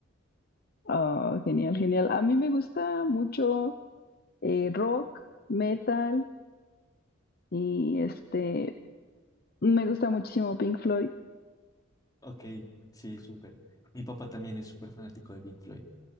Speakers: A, on the left (about 50°); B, on the left (about 20°).
A: Oh, genial, genial. A mí me gusta mucho eh, rock, metal y este, me gusta muchísimo Pink Floyd.
B: Ok, sí, súper. Mi papá también es súper fanático de Pink Floyd.